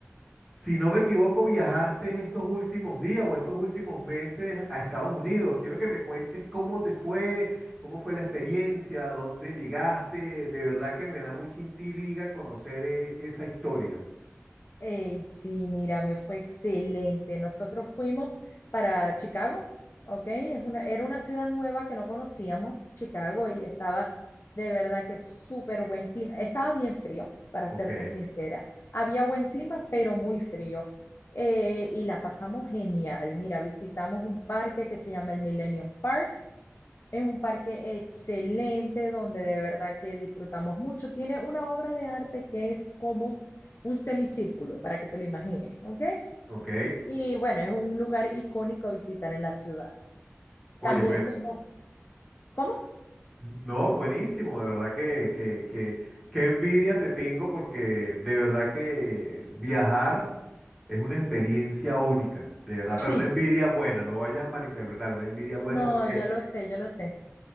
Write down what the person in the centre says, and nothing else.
si no me equivoco, viajaste estos últimos días o estos últimos meses a Estados Unidos. Quiero que me cuentes cómo te fue, cómo fue la experiencia, a dónde llegaste. De verdad que me da mucha intriga conocer eh, esa historia.
Ok,
ok.
Oye,
bueno.
No, buenísimo, de verdad que, que, que, qué envidia te tengo porque de verdad que viajar es una experiencia única, de verdad, pero
una envidia buena, no vayas a malinterpretar, una envidia buena
porque